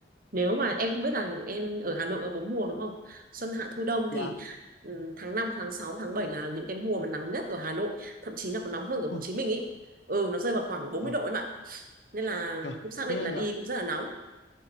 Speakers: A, on the right; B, on the left.
A: nếu mà em không biết là em ở Hà Nội có bốn mùa đúng không xuân hạ thu đông
B: Dạ.
A: thì ừ, tháng 5 tháng 6 tháng 7 là những cái mùa mà nắng nhất ở Hà Nội thậm chí là còn nóng hơn ở Hồ
B: Ồ,
A: Chí Minh ý ừ nó rơi vào khoảng bốn
B: ồ,
A: mươi độ em ạ nên là
B: trời,
A: cũng xác định
B: ghê
A: là
B: vậy.
A: đi cũng rất là nóng